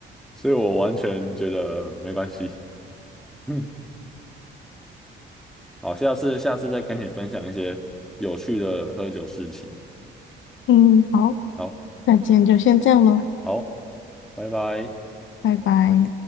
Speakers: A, in the centre; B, on the left.
A: 所以我完全觉得没关系。<laughs> 嗯，好，下次下次再跟你分享一些有趣的喝酒事情。
B: 嗯，好，
A: 好，
B: 那今天就先这样咯，
A: 好，拜拜。
B: 拜拜。